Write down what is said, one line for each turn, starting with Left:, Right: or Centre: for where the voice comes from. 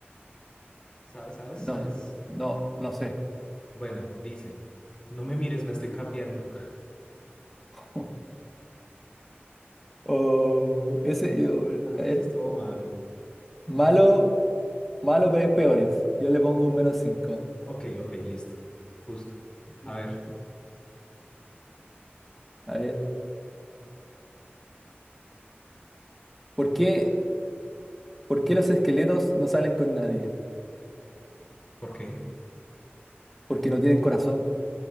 Left: ¿Sabes, sabes,
Centre: no,
Left: sabes?
Centre: no, no sé.
Left: Bueno, dice, no me mires, me estoy cambiando. <laughs>
Centre: <laughs> Oh, ese yo, a
Left: Ah,
Centre: ver,
Left: ese estuvo malo.
Centre: malo, malo, pero hay peores. Yo le pongo un menos 5.
Left: Ok, ok, listo. Justo.
Centre: <laughs>
Left: A ver,
Centre: A ver, ¿por qué, por qué los esqueletos no salen con nadie?
Left: ¿por qué?
Centre: Porque no tienen corazón.